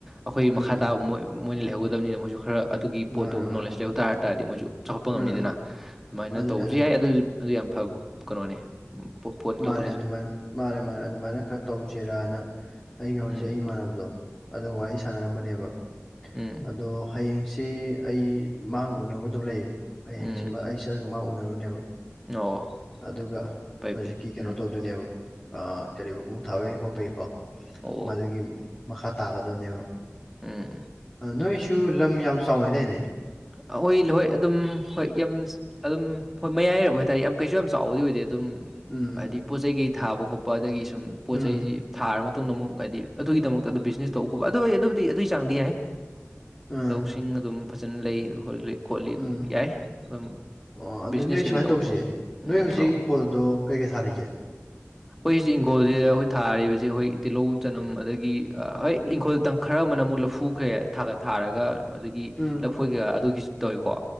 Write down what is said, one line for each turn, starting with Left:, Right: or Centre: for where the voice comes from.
Centre: ꯑꯩꯈꯣꯏ
Left: ꯎꯝ
Centre: ꯃꯈꯥ ꯇꯥꯕ ꯃꯣꯏ ꯃꯣꯏꯅ ꯂꯩꯍꯧꯒꯗꯕꯅꯤꯅ ꯃꯣꯏꯁꯨ ꯈꯔ ꯑꯗꯨꯨꯒꯤ ꯄꯣꯠꯇꯨ
Left: ꯃꯥꯅꯦ ꯃꯥꯅꯦ
Centre: ꯅꯣꯂꯦꯖ ꯂꯩꯍꯧ ꯇꯔ ꯇꯥꯔꯗꯤ ꯃꯣꯏꯁꯨ ꯆꯥꯎꯈꯠꯄ ꯉꯝꯅꯤꯗꯅ
Left: ꯎꯝ
Centre: ꯑꯗꯨꯃꯥꯏꯅ
Left: ꯑꯗꯨꯅꯦ
Centre: ꯇꯧꯕꯁꯨ
Left: ꯑꯗꯨꯅꯦ
Centre: ꯌꯥꯏ ꯑꯗꯨ ꯑꯗꯨ ꯌꯥꯝ ꯐꯕ ꯀꯩꯅꯣꯅꯦ ꯄꫭꯠꯅꯤ
Left: ꯃꯥꯅꯦ
Centre: ꯀꯧꯈꯠꯂꯤꯁꯤ
Left: ꯑꯗꯨꯃꯥꯏꯅ ꯃꯥꯅꯦ ꯃꯥꯅꯦ ꯑꯗꯨꯃꯥꯏꯅ ꯈꯔ ꯇꯧꯁꯤꯔꯅ ꯑꯩꯒ ꯍꯧꯖꯤꯛ
Centre: ꯎꯝ
Left: ꯑꯩ ꯏꯃꯥꯟꯅꯕꯗꯣ ꯑꯗꯨꯒ ꯋꯥꯔꯤ ꯁꯥꯟꯅꯔꯝꯕꯅꯦꯕ
Centre: ꯎꯝ
Left: ꯑꯗꯣ ꯍꯌꯦꯡꯁꯦ ꯑꯩ ꯃꯥꯒ ꯎꯅꯧꯒꯗ ꯑꯗꯨ ꯂꯩꯌꯦ ꯍꯌꯦꯡꯁꯤꯃ
Centre: ꯎꯝ
Left: ꯑꯩ ꯆꯠꯂꯒ ꯃꯥ ꯎꯅꯔꯨꯅꯦꯕ
Centre: ꯑꯣ
Left: ꯑꯗꯨꯒ
Centre: ꯐꯩ
Left: ꯍꯧꯖꯤꯛꯀꯤ
Centre: ꯐꯩ
Left: ꯀꯩꯅꯣ
Centre: ꯎꯝ
Left: ꯇꯧꯗꯣꯏꯅꯦꯕ ꯀꯔꯤ ꯎ ꯊꯥꯕꯒꯤ ꯈꯣꯠꯄꯒꯤꯀꯣ
Centre: ꯑꯣ
Left: ꯃꯗꯨꯒꯤ ꯃꯈꯥ ꯇꯥꯒꯗꯕꯅꯦꯕ
Centre: ꯎꯝ
Left: ꯅꯣꯏꯁꯨ ꯂꯝ ꯌꯥꯝ ꯆꯥꯎ ꯂꯩꯗꯥꯏꯅꯦ
Centre: ꯑꯩꯈꯣꯏ ꯍꯣꯏ ꯑꯗꯨꯝ ꯍꯣꯏ ꯌꯥꯝ ꯑꯗꯨꯝ ꯍꯣꯏ ꯃꯌꯥꯏꯔꯕ ꯍꯣꯏ ꯇꯩ ꯑꯝ ꯀꯩꯁꯨ ꯌꯥꯝ ꯆꯥꯎꯕꯗꯤ ꯑꯣꯏꯗꯦ ꯑꯗꯨꯝ
Left: ꯎꯝ
Centre: ꯍꯥꯏꯗꯤ ꯄꯣꯠ ꯆꯩ ꯀꯩ ꯊꯥꯕ ꯈꯣꯠꯄ ꯑꯗꯒꯤ ꯁꯨꯝ ꯄꯣꯠ
Left: ꯎꯝ
Centre: ꯆꯩꯁꯤ ꯊꯥꯔ ꯃꯇꯨꯡꯗ ꯑꯃꯨꯛ ꯍꯥꯏꯗꯤ ꯑꯗꯨꯒꯤꯗꯃꯛꯇ ꯕꯤꯖꯤꯅꯦꯁ ꯇꯧꯕ ꯈꯣꯠꯄ ꯑꯗꯨ ꯑꯣꯏ ꯑꯗꯨꯕꯨꯗꯤ ꯑꯗꯨꯒꯤ ꯆꯥꯡꯗꯤ ꯌꯥꯏ
Left: ꯎꯝ
Centre: ꯂꯧꯁꯤꯡ ꯑꯗꯨꯝ ꯐꯖꯅ ꯂꯩ ꯈꯣꯠꯂꯤ
Left: ꯎꯝ
Centre: ꯑꯗꯨꯝ ꯌꯥꯏ ꯑꯗꯨꯝ
Left: ꯑꯣ ꯑꯗꯨ
Centre: ꯕꯤꯖꯤꯅꯦꯁꯀꯗꯤ
Left: ꯅꯣꯏ ꯁꯨꯃꯥꯏꯅ
Centre: ꯇꯧꯕ
Left: ꯇꯧꯁꯦ
Centre: ꯌꯥꯏ
Left: ꯅꯣꯏ
Centre: ꯎꯝ
Left: ꯍꯧꯖꯤꯛ
Centre: ꯍꯥꯎ
Left: ꯏꯪꯈꯣꯜꯗꯣ ꯀꯩ ꯀꯩ ꯊꯥꯔꯤꯒꯦ
Centre: ꯑꯩꯈꯣꯏ ꯍꯧꯖꯤ ꯏꯤꯡꯈꯣꯜꯁꯤꯗ ꯑꯩꯈꯣꯏ ꯊꯥꯔꯤꯕꯁꯤ ꯑꯩꯈꯣꯏ ꯇꯤꯜꯍꯧ ꯆꯅꯝ ꯑꯗꯒꯤ ꯑ ꯍꯣꯏ ꯏꯪꯈꯣꯜ ꯇꯪ ꯈꯔ ꯑꯃꯅ ꯑꯃꯨꯛ ꯂꯐꯨꯈ꯭ꯔꯦ ꯊꯥꯒ ꯊꯥꯔꯒ ꯑꯗꯒꯤ
Left: ꯎꯝ
Centre: ꯂꯐꯣꯏ ꯀꯌꯥꯥ ꯑꯗꯨꯒꯤꯁꯨ ꯇꯧꯋꯤꯀꯣ